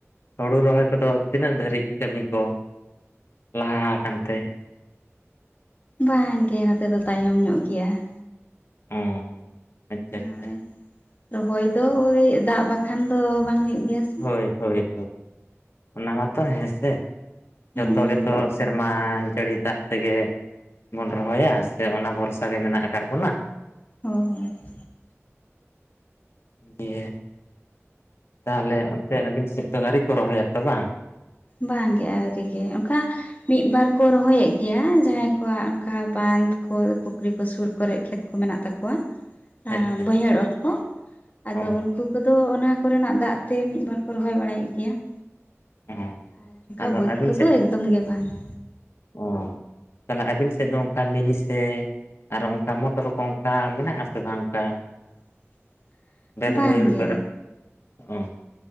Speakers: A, on the left (about 55°); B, on the left (about 35°).
A: ᱦᱳᱲᱳ ᱨᱚᱦᱚᱭ ᱠᱚᱫᱚ ᱛᱤᱱᱟᱹᱜ ᱫᱷᱟᱹᱨᱤᱡ ᱠᱟᱹᱢᱤ ᱠᱚ? ᱞᱟᱦᱟ ᱟᱠᱟᱱ ᱛᱮ ᱾
B: ᱵᱟᱝ ᱜᱮ ᱱᱚᱛᱮ ᱫᱚ ᱛᱟᱭᱚᱢ ᱧᱚᱜ ᱜᱮᱭᱟ ᱾
A: ᱚ ᱟᱪᱪᱷᱟ
B: ᱦᱳᱭ
A: ᱟᱪᱪᱷᱟ ᱾
B: ᱨᱚᱦᱚᱭ ᱫᱚ ᱳᱭ ᱫᱟᱜ ᱵᱟᱠᱷᱟᱱ ᱫᱚ ᱵᱟᱝ ᱦᱩᱭᱩᱜ ᱜᱮᱭᱟ ᱾
A: ᱦᱳᱭ ᱦᱳᱭ ᱚᱱᱟ ᱢᱟᱛᱚ ᱦᱮᱸ ᱥᱮ
B: ᱦᱮᱸ
A: ᱡᱚᱛᱚ ᱜᱮᱛᱚ ᱥᱮᱨ ᱢᱟ ᱡᱟᱹᱲᱤ ᱫᱟᱜ ᱛᱮᱜᱮ ᱵᱚᱱ ᱨᱚᱦᱚᱭᱟ ᱥᱮ ᱚᱱᱟ ᱵᱷᱚᱨᱥᱟ ᱜᱮ ᱢᱮᱱᱟᱜ ᱟᱠᱟᱫ ᱵᱚᱱᱟ?
B: ᱦᱳᱭ ᱾
A: ᱫᱮ ᱛᱟᱦᱚᱞᱮ ᱚᱱᱛᱮ ᱟᱹᱵᱤᱱ ᱥᱮᱫ ᱫᱚ ᱟᱹᱣᱨᱤ ᱠᱚ ᱨᱚᱦᱚᱭᱟ ᱛᱚ ᱵᱟᱝ?
B: ᱵᱟᱝ ᱜᱮ ᱟᱹᱣᱨᱤ ᱜᱮ, ᱚᱱᱠᱟ ᱢᱤᱫ ᱵᱟᱨ ᱠᱚ ᱨᱚᱦᱚᱭᱮᱫ ᱜᱮᱭᱟ ᱡᱟᱦᱟᱸᱭ ᱠᱚᱣᱟᱜ ᱚᱱᱠᱟ ᱵᱟᱸᱫ ᱠᱚ ᱯᱩᱠᱷᱨᱤ ᱠᱚ ᱥᱩᱨ ᱠᱚᱨᱮ ᱠᱷᱮᱛ ᱾ ᱠᱚ ᱢᱮᱱᱟᱜ ᱛᱟᱠᱚᱣᱟ
A: ᱟᱪᱪᱷᱟ
B: ᱟ
A: ᱟᱪᱪᱷᱟ
B: ᱵᱟᱹᱭᱦᱟᱹᱲ
A: ᱟᱪᱪᱷᱟ
B: ᱚᱛ ᱠᱚ, ᱟᱫᱚ
A: ᱚ
B: ᱩᱱᱠᱩ ᱩᱱᱠᱩ ᱫᱚ ᱚᱱᱟ ᱠᱚᱨᱮᱱᱟᱜ ᱫᱟᱜ ᱛᱮ ᱢᱤᱫ ᱵᱟᱨ ᱠᱚ ᱨᱚᱦᱚᱭ ᱵᱟᱲᱟᱭᱮᱫ ᱜᱮᱭᱟ ᱾
A: ᱚ
B: ᱟᱨ ᱚᱱᱠᱟ
A: ᱟᱫᱚ
B: ᱵᱟᱹᱫᱽ
A: ᱟᱹᱵᱤᱱ
B: ᱠᱚᱫᱚ
A: ᱥᱮᱫ
B: ᱮᱠᱫᱚᱢ ᱜᱮ ᱵᱟᱝ ᱾
A: ᱚ, ᱛᱟᱦᱚᱞᱮ ᱟᱹᱵᱤᱱ ᱥᱮᱫ ᱫᱚ ᱚᱱᱠᱟ ᱢᱤᱱᱤ ᱥᱮ ᱟᱨᱚ ᱚᱱᱠᱟ ᱢᱚᱛ ᱨᱚᱠᱚᱢ ᱚᱱᱠᱟ ᱢᱮᱱᱟᱜ ᱟᱥᱮ ᱵᱟᱝ ᱚᱱᱠᱟ?
B: <inaudible>
A: ᱵᱮᱫ
B: ᱵᱟᱝᱜᱮ
A: ᱵᱟᱹᱭᱦᱟᱹᱲ ᱠᱚᱨᱮᱫ ᱾ ᱚ ᱾